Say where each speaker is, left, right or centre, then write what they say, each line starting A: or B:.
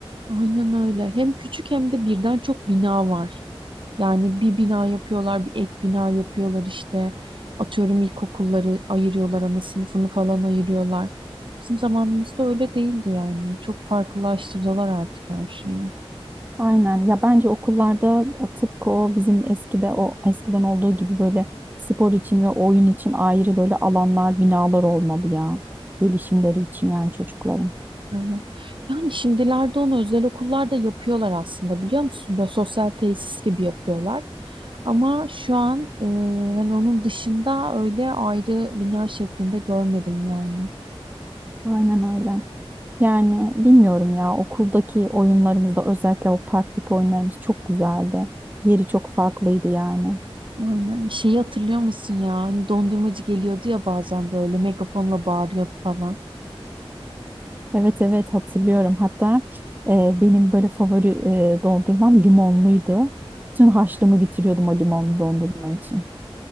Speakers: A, on the right; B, on the right.
A: Aynen öyle. Hem küçük hem de birden çok bina var. Yani bir bina yapıyorlar, bir ek bina yapıyorlar işte. Atıyorum ilkokulları ayırıyorlar, ama sınıfını falan ayırıyorlar. Bizim zamanımızda öyle değildi yani. Çok farklılaştırdılar artık her şeyi.
B: Aynen ya bence okullarda tıpkı o bizim eskide o eskiden olduğu gibi böyle spor için ve oyun için ayrı böyle alanlar binalar olmalı ya gelişimleri için yani çocukların.
A: Evet. Yani şimdilerde onu özel okullarda yapıyorlar aslında biliyor musun? Böyle sosyal tesis gibi yapıyorlar. Ama şu an e, hani onun dışında öyle ayrı bina şeklinde görmedim yani.
B: Aynen öyle. Yani bilmiyorum ya okuldaki oyunlarımızda özellikle o parktaki oyunlarımız çok güzeldi. Yeri çok farklıydı yani.
A: Aynen. Şeyi hatırlıyor musun ya? Hani dondurmacı geliyordu ya bazen böyle megafonla bağırıyordu falan.
B: Evet evet hatırlıyorum. Hatta e, benim böyle favori e, dondurmam limonluydu. Bütün harçlığımı bitiriyordum o limonlu dondurma için.